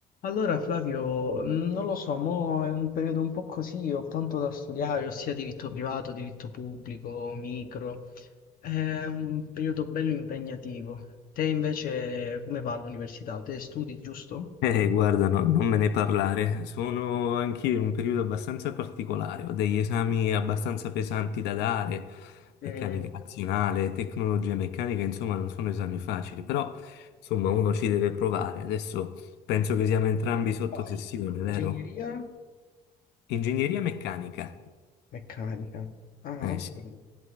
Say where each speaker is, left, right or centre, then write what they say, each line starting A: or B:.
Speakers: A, on the left; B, on the left.
A: Allora Flavio, mh, non lo so, mo è un periodo un po' così, ho tanto da studiare, ossia diritto privato, diritto pubblico, micro. È un periodo bello impegnativo. Te invece come va all'università? Te studi, giusto?
B: Eh, guarda, no- non me ne parlare. Sono anch'io in un periodo abbastanza particolare. Ho degli esami abbastanza pesanti da dare,
A: Mm,
B: meccanica nazionale, tecnologia meccanica, insomma, non sono esami facili, però insomma, uno ci deve provare. Adesso penso che siamo entrambi sotto
A: poi,
B: sessione, vero?
A: ingegneria
B: Ingegneria meccanica.
A: meccanica. Ah,
B: Eh
A: ho
B: sì.
A: capito.